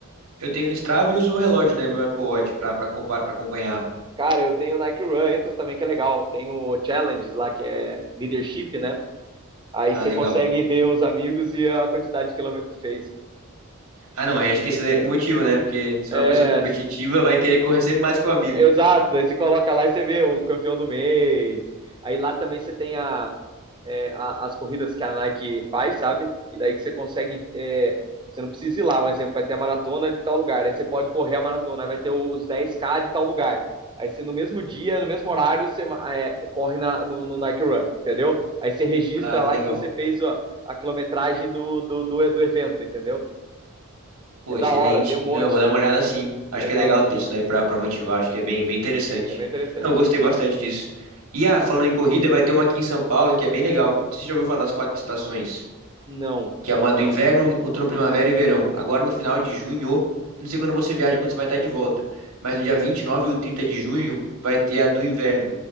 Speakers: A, on the right; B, on the right.
A: Eu tenho o Strava e uso o relógio, né? Meu Apple Watch pra, pra, compa- pra acompanhar.
B: Cara, eu tenho Nike Run, entra também que é legal. Tem o Challenges lá, que é leadership, né? Aí
A: Ah,
B: você
A: legal.
B: consegue ver os amigos e a quantidade de quilômetro que fez.
A: Ah, não, aí acho que esse é motivo, né? Porque se
B: É,
A: é uma pessoa competitiva, vai querer correr sempre mais que o amigo.
B: Exato, aí você coloca lá e você vê o campeão do mês. Aí lá também você tem a, é, a- as corridas que a Nike faz, sabe? E daí que você consegue. é, você não precisa ir lá, um exemplo, vai ter a maratona de tal lugar. Aí você pode correr a maratona, aí vai ter os dez k de tal lugar. Aí você no mesmo dia, no mesmo horário, você ma- é, corre na- no, no Nike Run, entendeu? Aí você registra
A: Ah,
B: lá
A: que legal.
B: que você fez a, a quilometragem do, do, do, do evento, entendeu?
A: Pô,
B: É
A: excelente.
B: da hora, tem um monte.
A: Não, eu vou dar uma olhada sim. Acho
B: É legal,
A: que é legal ter isso daí pra, pra motivar. Acho que é bem, bem interessante.
B: é bem interessante.
A: Não, eu gostei bastante disso. E ah, falando em corrida, vai ter uma aqui em São Paulo que é bem legal. Você já ouviu falar das quatro estações?
B: Não,
A: que é uma
B: essa
A: do
B: não.
A: inverno, outono, primavera e verão. Agora no final de junho, eu não sei quando você viaja, quando você vai estar de volta, mas no dia 29 ou 30 de junho vai ter a do inverno.